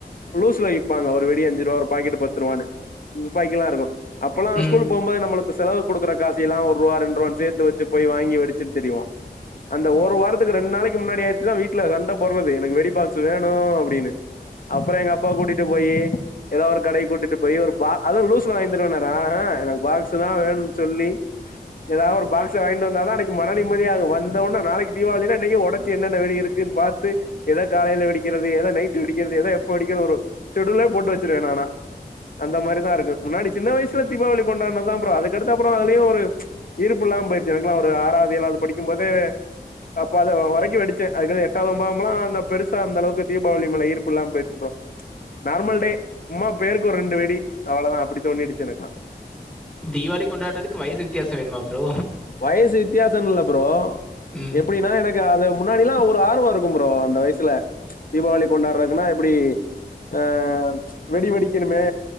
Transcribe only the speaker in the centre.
ம்
தீபாவளி கொண்டாடுறதுக்கு வயசு வித்தியாச வேணுமா ப்ரோ
ம்